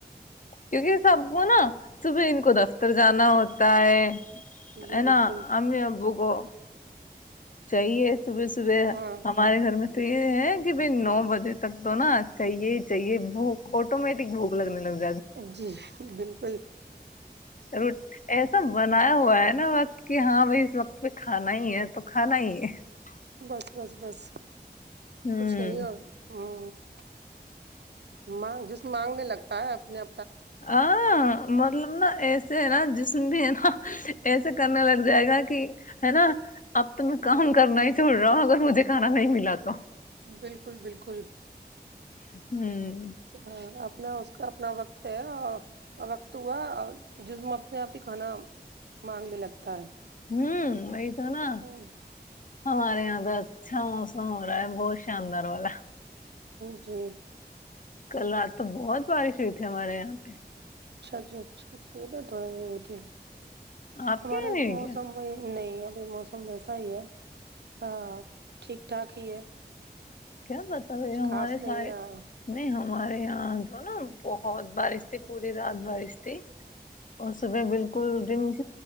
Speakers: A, on the left; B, on the right.
A: کیونکہ سب کو نا صبح ان کو دفتر جانا ہوتا ہے <unintelligible>
B: جی
A: ا ن
B: بالکل
A: امی ب کوو چاہیے صبح صبح
B: ہاں
A: ہمارے گھر میں تو یہ ہے بائی نو بجے تک تو نا چاہیے ہی چاہیے بھوک آٹومیٹک بھوک لگنے لگی
B: جی بالک
A: ر ایسا بنا <unintelligible> بنایا ہوا ہے نا وقت کہ ہاں بھائی اس وقت پہ کھانا ہی ہے تو کھانا ہی ہے <unintelligible>
B: بس بس بس
A: ہوں
B: کچھ نہیں اور ہوں ہ <unintelligible> مانگ جس مانگنے لگتا پ آ اپنا
A: آ <unintelligible> مطلب نا ایسے ہے نا جس میں بھی ہے نا ایسے کرنے لگ جائے گا کہ ہے نا اب تو میں کام کرنا ہی چھوڑ رہا ہوں اگر مجھے کھانا نہیں ملا تو
B: بالکل بالکل
A: ہوں
B: ہ آپ اپنا اس کا اپنا وقت ہے اور وقت ہوا اور جسم اپنے آپ ہی کھانا مانگنے لگتا ہے
A: ہوں وہ تو نا
B: ہوں
A: ہمارے یہاں تو اچھا موسم ہو رہا ہے بہت شاندار والا
B: جی
A: کل رات تو بہت بارش ہوئی تھی ہمارے یہاں پہ
B: اچھا جی اچھا اچ یہ تو توڑ یہ بتی ہے
A: آپ
B: ہمارے
A: کے
B: یہاں
A: نہیں
B: تو
A: ہوئی
B: موسم
A: کیا
B: وہ نہیں ب موسم ویسا ہی ہے ہاں ٹھیک ٹھاک ہی ہے
A: کیا بتا ب
B: کچھ
A: ہمارے
B: خاص
A: شا
B: نہیں ہے ہاں
A: نہیں ہم ہمارے یہاں جو نا بہت بارش تھی پوری رات بارش تھی اور صبح بالکل اٹ مج